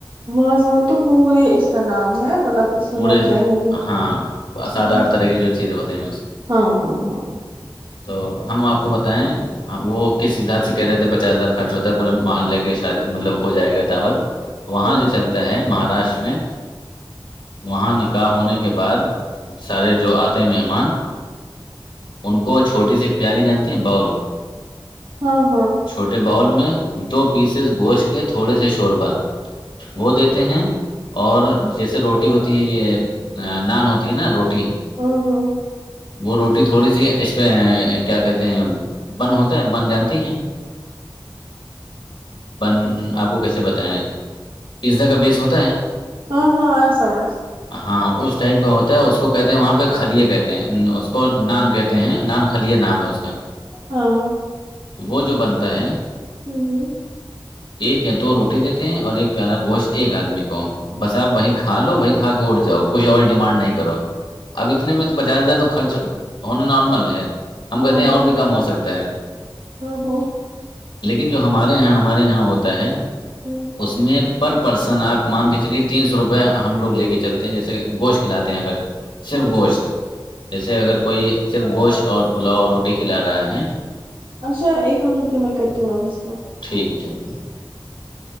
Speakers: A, on the right; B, on the left.
A: مواضوان تو پورے اس کا نام ہے مطلب اس میں
B: مورے
A: بنتا ہے بھی
B: ہاں سات
A: ہوں،
B: آٹھ طرح کی جو چیز ہوتے ہیں اس
A: ہاں ہاں
B: <inaudible>
A: ہاں
B: تو ہم آپ کو بتائیں وہ کس حساب سے کہہ رہے تھے پچاس ہزار خرچ ہوتا ہے پورے محلے شادی مطلب ہو جائے گا دعوت
A: ہوں،
B: وہاں جو چلتا ہے مہاراشٹر میں وہاں نکاح ہونے کے بعد سارے جو آتے مہمان ان کو چھوٹی سی پیالی جانتی ہیں باؤول
A: ہاں ہاں
B: چھوٹے باؤل میں دو پیسز گوشت کے تھوڑے سے شوربہ وہ دیتے ہیں اور جیسے روٹی رو ہوتی ہے یہ نان ہوتی ہے نا روٹی
A: ہاں ہاں
B: وہ روٹی تھوڑی سی اس پہ کیا کہتے ہیں بن ہوتا ہے بن جانتی ہیں بند آپ کو کیسے بتائیں پزا کا بیس ہوتا ہے
A: ہاں ہاں آیا سمجھ
B: ہاں اس ٹائپ کا ہوتا ہے اس کو کہتے ہیں وہاں پہ خلیے کہتے ہیں کو نان کہتے ہیں نان خلییہ نان ہے اس کا
A: ہاں ہوں،
B: وہ جو بنتا ہے
A: ہوں
B: ایک یا دو روٹی دیتے ہیں اور ایک پیارا گوشت ایک آدمی کو بس آپ وہیھ کھا لو وہی کھا کے اٹھ جاؤ کچھ اور ڈیمانڈ نہیں کرو اب اتنے میں تو پچاس ہزار تو خرچ ہونا نارمل ہے ہم
A: ہوں،
B: کہتے ہیں اور
A: ہوں،
B: بھی کم ہو سکتا ہے
A: ہوں،
B: لیکن جو ہمارے یہاں ہمارے یہاں ہوتا ہے
A: ہوں۔
B: اس میں پرسن آپ مان کے چلیے تین سو روپے ہم لوگ لے کے چلتے ہیں جیسے گوشت کھلاتے ہیں اگر صرف گوشت جیسے اگر کوئی صرف گوشت اور پلاؤ روٹی کھلا رہا ہے
A: اچھا ایک منٹ روپے میں کرتی ہوں واپس کو
B: ٹھیک ہے ٹھیک ہے